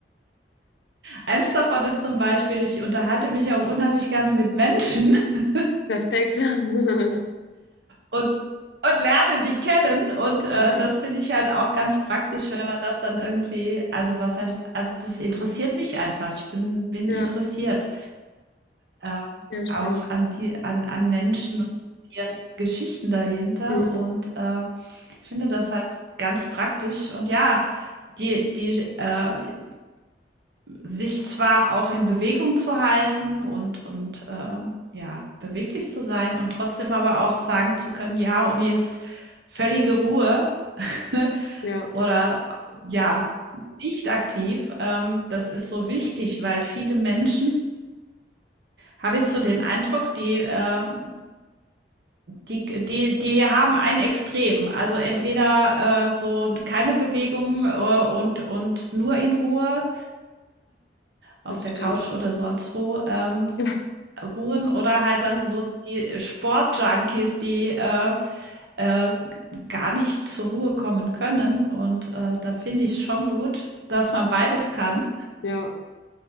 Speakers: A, on the right; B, on the left.
A: Eins davon ist zum Beispiel, ich unterhalte mich auch unheimlich gerne mit Menschen <laughs>
B: perfekt. <laughs>
A: und, und lerne die kennen. Und äh,
B: Mhm.
A: das finde ich halt auch ganz praktisch, wenn man das dann irgendwie, also was heißt, also das interessiert mich einfach. Ich bin, bin
B: Ja,
A: interessiert. Äh,
B: ja, spannend.
A: auch an die, an, an Menschen und ihren Geschichten dahinter.
B: Mhm.
A: Und äh, Ich finde das halt ganz praktisch und ja, die die, äh, sich zwar auch in Bewegung zu halten und und, ähm, ja, beweglich zu sein und trotzdem aber auch sagen zu können: „Ja, und jetzt völlige Ruhe“ <laughs>
B: Ja,
A: oder ja, nicht aktiv. Ähm, das ist so wichtig, weil viele Menschen, habe ich so den Eindruck, die, ähm Die, die, die haben ein Extrem. Also entweder äh, so keine Bewegung äh, und, und nur in Ruhe, auf
B: das
A: der
B: stimmt.
A: Couch oder sonst wo, ähm,
B: <laughs>
A: ruhen oder halt dann so die Sportjunkies, die äh, äh, gar nicht zur Ruhe kommen können. Und äh, da finde ich schon gut, dass man beides kann.
B: Ja.